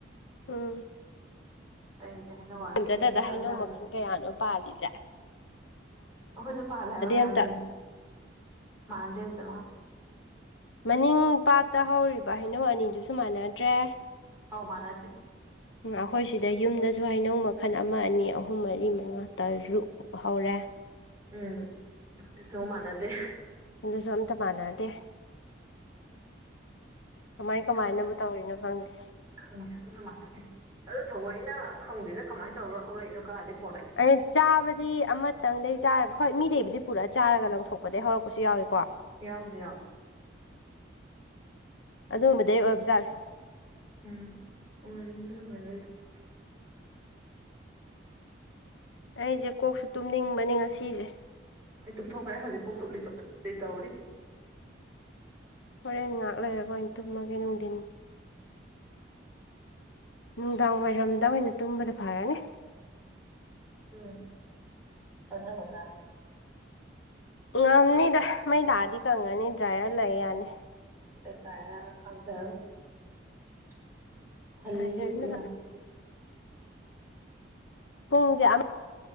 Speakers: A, on the left; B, on the right.
A: ꯎꯝ
B: ꯑꯇꯩꯗꯤ ꯍꯥꯏꯩ ꯍꯥꯢꯔ ꯑꯊꯨꯝꯕꯤ
A: ꯑꯝꯇꯗꯗ
B: ꯃꯌꯥꯝꯁꯤꯅ
A: ꯍꯩꯅꯧ ꯃꯈꯜ
B: ꯑꯃꯨꯛ
A: ꯀꯌꯥꯅꯣ ꯄꯥꯜꯂꯤꯖꯦ
B: ꯑꯣꯈꯩꯁꯨ ꯀꯥꯂꯕ ꯃꯌꯥꯝꯌꯥꯝ
A: ꯑꯝꯇ
B: ꯊ ꯃꯥꯥꯟꯗ ꯅꯗ
A: ꯃꯅꯤꯡ ꯄꯥꯠꯇ ꯍꯧꯔꯤꯕ ꯍꯩꯅꯧ ꯑꯅꯤꯗꯨꯁꯨ ꯃꯥꯟꯅꯗ꯭ꯔꯦ
B: ꯑꯧ ꯃꯅꯗꯦ
A: ꯑꯩꯈꯣꯏ ꯁꯤꯗ ꯌꯨꯝꯗꯁꯨ ꯍꯩꯅꯧ ꯃꯈꯜ ꯑꯃ ꯑꯅꯤ ꯑꯍꯨꯝ ꯃꯔꯤ ꯃꯉꯥ ꯇꯔꯨꯛ ꯍꯧꯔꯦ
B: ꯎꯝ ꯑꯗꯨꯁꯨ ꯃꯥꯟꯅꯗꯦ
A: ꯑꯗꯨꯁꯨ ꯑꯝꯇ ꯃꯥꯟꯅꯗꯦ ꯀꯃꯥꯏ ꯀꯃꯥꯏꯅꯕꯨ
B: ꯑꯃꯠꯇ
A: ꯇꯧꯔꯤꯅꯣ ꯈꯪꯗꯦ
B: ꯈꯪꯗꯦ ꯑꯗꯨꯅ ꯃꯥꯟꯅꯗꯦ ꯑꯗꯨ ꯊꯑꯣꯏꯩꯅ ꯈꯪꯗꯦꯗ ꯀꯃꯥꯏꯅ ꯇꯧꯔꯣ ꯍꯧꯔꯛꯏꯅꯣ ꯀꯗꯥꯥꯏꯏꯗ
A: ꯑ ꯆꯥꯕꯗꯤ ꯑꯃ ꯈꯤꯇꯪꯗꯩ ꯆꯥꯔꯒ ꯍꯣꯏ ꯃꯤꯗꯩꯕꯨꯗꯤ ꯄꯨꯔꯛ ꯆꯥꯔꯒ ꯂꯪꯊꯣꯛꯄꯗꯩ ꯍꯧꯔꯛꯄꯁꯨ ꯌꯥꯎꯋꯤꯀꯣ
B: ꯌꯥꯎꯕꯨꯗꯤ ꯌꯥꯎꯋꯦ
A: ꯑꯗꯨꯒꯨꯝꯕꯗꯩ ꯑꯣꯏꯕ ꯖꯥꯠꯅꯦ
B: ꯎꯝ <unintelligible>
A: ꯑꯩꯖꯨ ꯀꯣꯛꯁꯨ ꯇꯨꯝꯅꯤꯡꯕꯅꯤ ꯉꯁꯤꯖꯦ
B: ꯑꯩ ꯇꯨꯝꯊꯣꯛꯈ꯭ꯔꯦ ꯍꯧꯖꯤꯛꯄꯧ ꯆꯣꯠꯂꯤ ꯆꯣꯠꯂꯤ ꯇꯧꯔꯤ
A: ꯍꯣꯔꯦꯟ ꯉꯥꯏꯍꯥꯛ ꯂꯩꯔꯒ ꯑꯣꯏꯅꯩꯅ ꯇꯨꯝꯃꯒꯦ ꯅꯨꯡꯗꯤꯟ ꯅꯨꯡꯗꯥꯡ ꯋꯥꯏꯔꯝꯗ ꯑꯣꯏꯅ ꯇꯨꯝꯕꯅ ꯐꯔꯅꯤ
B: ꯎꯝ ꯈꯪꯉꯝꯒꯗ꯭ꯔꯥ
A: ꯉꯝꯅꯤꯗ ꯃꯩ ꯂꯥꯛꯑꯗꯤ ꯀꯪꯉꯅꯤ ꯗ꯭ꯔꯥꯏꯌꯔ ꯂꯩ ꯌꯥꯅꯤ
B: <unintelligible>
A: ꯗ꯭ꯔꯥꯏꯌꯔꯅ ꯄꯨꯡꯁꯦ ꯑꯃ